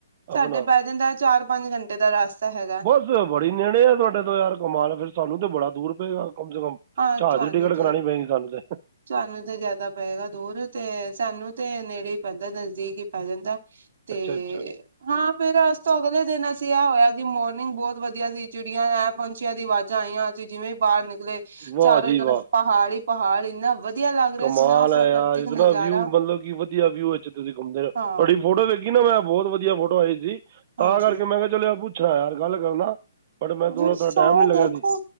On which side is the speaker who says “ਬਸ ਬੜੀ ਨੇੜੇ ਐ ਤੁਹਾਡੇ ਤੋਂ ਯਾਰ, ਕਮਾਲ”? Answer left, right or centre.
Right